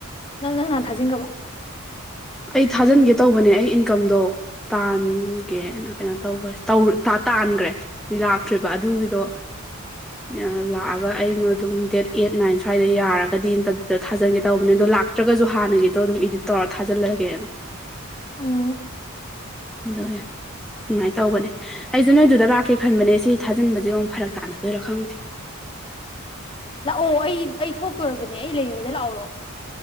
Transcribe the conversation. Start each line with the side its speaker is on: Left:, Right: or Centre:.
Left: ꯅꯪ ꯅꯪ ꯅꯍꯥꯟ ꯊꯥꯖꯤꯟꯒ꯭ꯔꯕꯣ
Centre: ꯑꯩ ꯊꯥꯖꯤꯟꯒꯦ ꯇꯧꯕꯅꯦ ꯑꯩ ꯏꯟꯀꯝꯗꯣ ꯇꯥꯟꯒꯦꯅ ꯀꯩꯅꯣ ꯇꯧꯕꯅꯦ ꯇꯧ ꯇꯥꯟ ꯇꯥꯟꯒ꯭ꯔꯦ ꯂꯥꯛꯇ꯭ꯔꯤꯕ ꯑꯗꯨꯒꯤꯗꯣ
Left: <inaudible>
Centre: ꯑꯥ ꯂꯥꯛꯑꯒ ꯑꯩꯉ ꯑꯗꯨꯝ ꯗꯦꯠ ꯑꯩꯠ ꯅꯥꯏꯟ ꯁ꯭ꯋꯥꯏꯗ ꯌꯥꯔꯒꯗꯤ ꯑꯗꯨꯗ ꯊꯥꯖꯤꯟꯒꯦ ꯇꯧꯕꯅꯦ ꯑꯗꯣ ꯂꯥꯛ ꯇ꯭ꯔꯒꯖꯨ ꯍꯥꯟꯅꯒꯤꯗꯣ ꯑꯗꯨꯝ ꯏꯗꯤꯠ ꯇꯧꯔ ꯊꯥꯖꯤꯜꯂꯒꯦꯅ
Left: ꯎꯝ
Centre: ꯑꯗꯨꯒꯤ ꯑꯗꯨꯃꯥꯏ ꯇꯧꯕꯅꯦ ꯑꯩꯖꯦ ꯅꯣꯏ ꯑꯗꯨꯗ ꯂꯥꯛꯀꯦ ꯈꯟꯕꯅꯦ ꯁꯤ ꯊꯥꯖꯤꯟꯕꯖꯦ ꯑꯃꯨꯛ ꯐꯔꯛ ꯇꯥꯟꯅꯗꯣꯏꯔꯥ ꯈꯪꯗꯦ
Left: ꯂꯥꯛꯑꯣ ꯑꯩ ꯑꯩ ꯊꯣꯛꯇꯣꯔꯕꯅꯦ ꯑꯩ ꯂꯩꯔꯤꯉꯩꯗ ꯂꯥꯛꯍꯧꯔꯣ